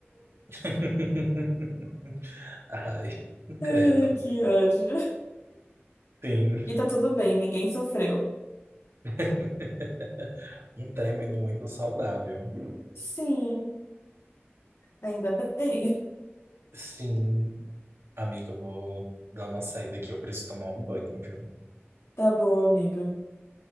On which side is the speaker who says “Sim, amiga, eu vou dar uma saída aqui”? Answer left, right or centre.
Right